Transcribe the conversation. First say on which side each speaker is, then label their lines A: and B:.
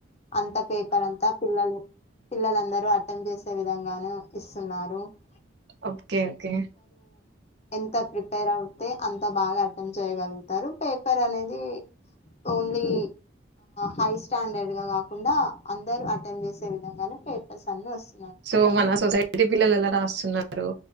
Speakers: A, on the left; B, on the right.
A: అంత పేపర్ అంతా పిల్లలు పిల్లలందరూ అర్థం చేసే విధంగాను ఇస్తున్నారు హలో
B: ఓకే ఓకే
A: ఎంత ప్రిపేర్ అయితే అంత బాగా అట్టెంప్ట్ చేయగలుగతారు. పేపర్ అనేది ఓన్లీ హై అ స్టాండర్డ్ గ కాకుండా అందరూ అట్టెంప్ట్ చేసే విధంగానే పేపర్స్ అన్ని వస్తున్నయి
B: సో మన సొసైటీ పిల్లలు ఏలా రాస్తున్నారు